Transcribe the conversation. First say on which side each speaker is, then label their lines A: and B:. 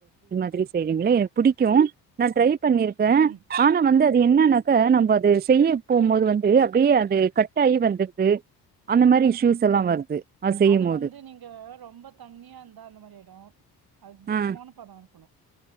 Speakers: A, on the right; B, on the right.
A: ப்டி செய்வீங்களா என் புடிக்கு நா ட்ரை பண்ணிருக்கே
B: ம்
A: ஆனா வந்து அது என்னனாக்கா
B: ம்
A: நம்ம அது செய்ய போம்போது
B: ம்
A: வந்து ந்து அப்டியே அது கட் ஆகி வந்துட்து அந்த மாரி இஷ்யூஸ் எல்லா வருது செய்யும்
B: அது
A: போது
B: வந்து நீங்க ரொம்ப தண்ணியாருந்தா அந்த மாரி ஆய்டு அது திட்டமான
A: ஆ
B: பதொ இருக்கணு